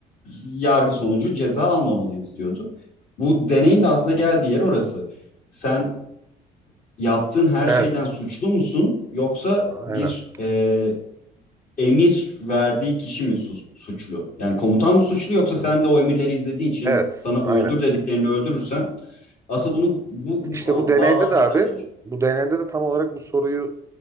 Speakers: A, on the left; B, on the right.
A: yargı sonucu ceza almamalıyız diyordu. Bu deneyin de aslında geldiği yer orası. Sen yaptığın her
B: Evet,
A: şeyden suçlu musun yoksa
B: aynen.
A: bir e, emir verdiği kişi mi su- suçlu? Yani komutan mı suçlu yoksa sen de o emirleri izlediğin için
B: Evet,
A: sana
B: aynen.
A: öldür dediklerini öldürürsen asıl bunu bu, bu
B: İşte bu deneyde
A: bağlamda
B: de abi,
A: sen de düşün.
B: bu deneyde de tam olarak bu soruyu